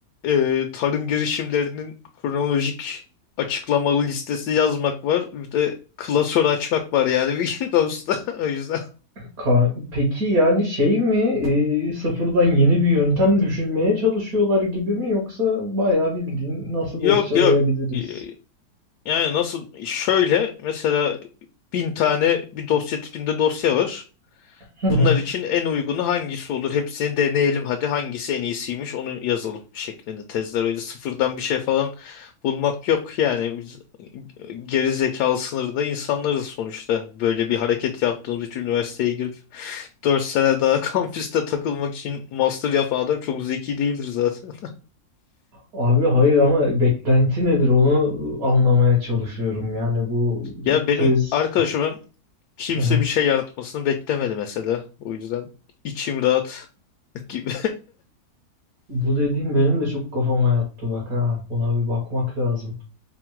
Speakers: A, on the left; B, on the right.
A: e, tarım girişimlerinin kronolojik açıklamalı listesi yazmak var. Bir de klasör açmak var yani bir gün dosta. <laughs> O yüzden.
B: Ka- Peki yani şey mi e, sıfırdan yeni bir yöntem düşünmeye çalışıyorlar gibi mi yoksa bayağı bildiğin nasıl
A: Yok
B: dosyalayabiliriz?
A: yok. Y- Yani nasıl şöyle mesela bin tane bir dosya tipinde dosya var.
B: <laughs>
A: Bunlar için en uygunu hangisi olur? Hepsini deneyelim hadi hangisi en iyisiymiş onu yazalım şeklinde tezler. Öyle sıfırdan bir şey falan bulmak yok. Yani biz e, geri zekalı sınırında insanlarız sonuçta. Böyle bir hareket yaptığımız için üniversiteye girip 4 sene daha <laughs> kampüste takılmak için master yapan adam çok zeki değildir zaten.
B: Abi hayır ama beklenti nedir onu anlamaya çalışıyorum. Yani bu
A: Ya benim
B: tez
A: arkadaşım kimse
B: Hı hı.
A: bir şey yaratmasını beklemedi mesela. O yüzden içim rahat <laughs> gibi.
B: bu dediğin benim de çok kafama yattı bak ha. Buna bir bakmak lazım.